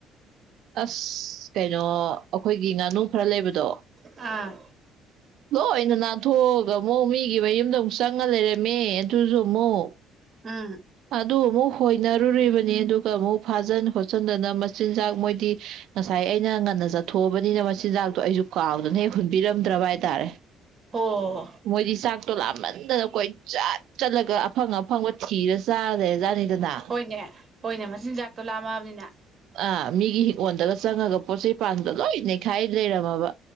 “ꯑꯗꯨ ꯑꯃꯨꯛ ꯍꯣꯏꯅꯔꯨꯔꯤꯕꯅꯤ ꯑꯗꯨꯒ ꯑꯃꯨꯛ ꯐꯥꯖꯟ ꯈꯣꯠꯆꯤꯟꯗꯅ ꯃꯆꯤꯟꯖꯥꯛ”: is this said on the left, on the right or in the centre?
Right